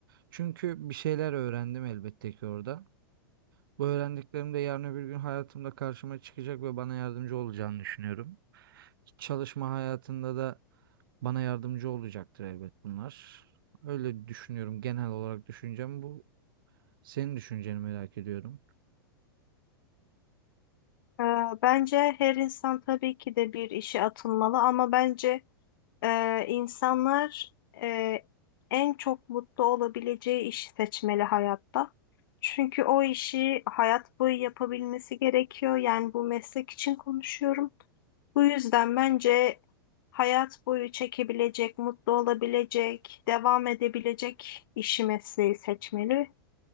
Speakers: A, on the right; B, on the left.
A: Çünkü bir şeyler öğrendim elbette ki orada. Bu öğrendiklerim de yarın öbür gün hayatımda karşıma çıkacak ve bana yardımcı olacağını düşünüyorum. Çalışma hayatında da bana yardımcı olacaktır elbet bunlar. Öyle düşünüyorum. Genel olarak düşüncem bu. Senin düşünceni merak ediyorum.
B: Ee, bence her insan tabii ki de bir işe atılmalı ama bence Ee, insanlar e, en çok mutlu olabileceği işi seçmeli hayatta. Çünkü o işi hayat boyu yapabilmesi gerekiyor. Yani bu meslek için konuşuyorum. Bu yüzden bence hayat boyu çekebilecek, mutlu olabilecek, devam edebilecek işi mesleği seçmeli.